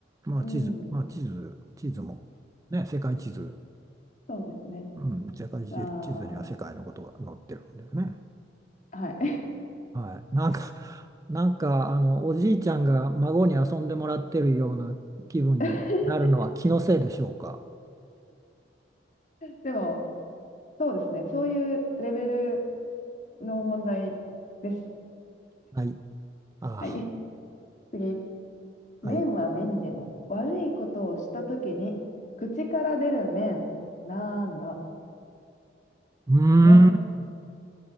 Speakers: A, on the right; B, on the left.
A: え、まあ地図、
B: うん、
A: まあ地図、地図も、ね、世界地図、
B: そうですね。
A: うん、世界地地図には世界のことが載ってるんだよね。
B: じゃあ、はい。
A: はい。なんか、なんか、あの、おじいちゃんが孫に遊んでもらってるような気分になるのは気のせいでしょうか。
B: <laughs> でも、そうですね。そういうレベルの問題です。
A: はい。あ
B: はい。次。
A: あ、
B: 面は面でも、
A: はい。う
B: 悪いことをしたときに、口から出る面。なんだ。
A: ーん、
B: 面、